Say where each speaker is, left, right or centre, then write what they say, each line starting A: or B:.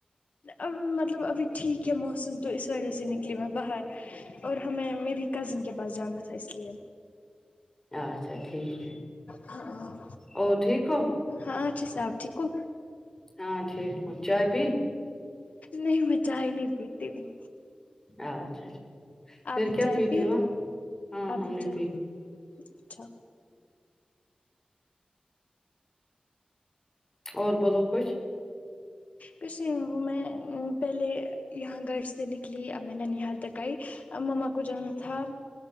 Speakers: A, on the left (about 65°); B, on the left (about 20°).
A: اب مطلب ابھی ٹھیک ہے موسم تو ا وجہ سے نکلی میں باہر اور ہمیں میری کزن کے پاس جانا تھا اس لیے
B: اچھا ٹھیک
A: ہاں
B: او ٹھیک ہو
A: ہاں اچھے سے آپ ٹھیک ہو
B: ہاں ٹھیک ہوں چائے پی
A: نہیں میں چائے نہیں پیتی ہوں
B: اچھا اچھا پھر
A: آپ نے
B: کیا
A: چائے
B: پیتے
A: پی
B: ہو ہاں
A: آپ
B: ہم نے
A: چائے
B: پی
A: اچھا
B: اور بولو کچھ
A: کچھ نہیں وہ میں پہلے یہاں گھر سے نکلی اب میں ننیحال تک آئی اب مما کو جانا تھا